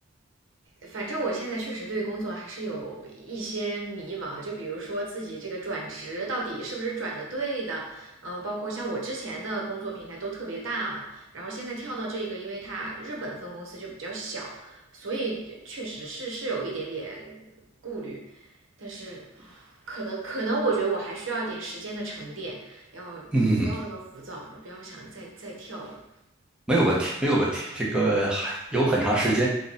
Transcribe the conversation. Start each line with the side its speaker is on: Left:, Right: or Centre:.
Right: 反正我现在确实对工作还是有一些迷茫，就比如说自己这个转职到底是不是转的对的，嗯，包括像我之前的工作平台都特别大嘛，然后现在跳到这个，因为它日本分公司就比较小，所以确实是是有一点点顾虑，但是可能可能我觉得我还需要一点时间的沉淀，要不要那么浮躁，
Centre: 嗯，
Right: 就不要想再再跳了。
Centre: 没有问题，没有问题。这个还有很长时间，